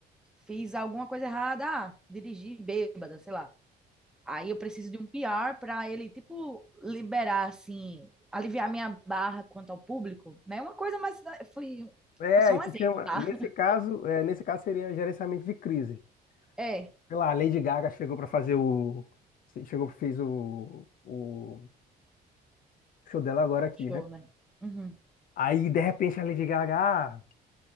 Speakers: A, in the centre; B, on the left.
A: fiz alguma coisa errada, ah, dirigi bêbada, sei lá. Aí eu preciso de um PR para ele, tipo, liberar, assim, aliviar minha barra quanto ao público, né? Uma coisa, mas né, foi
B: É,
A: só
B: isso
A: um exemplo,
B: chama,
A: tá?
B: nesse
A: <laughs>
B: caso, é, nesse caso seria gerenciamento de crise.
A: É,
B: Sei lá, a Lady Gaga chegou para fazer o, chegou fez o, o show dela agora aqui,
A: show,
B: né?
A: né? Uhum.
B: Aí de repente a Lady Gaga ah,